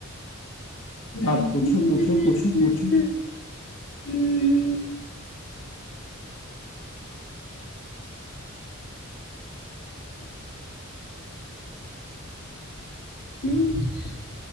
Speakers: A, on the left (about 85°); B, on the left (about 65°).
A: हम्म
B: आप पूछो
A: हम्म,
B: पूछो
A: हम्म,
B: पूछो पूछो
A: हम्म, हम्म। करो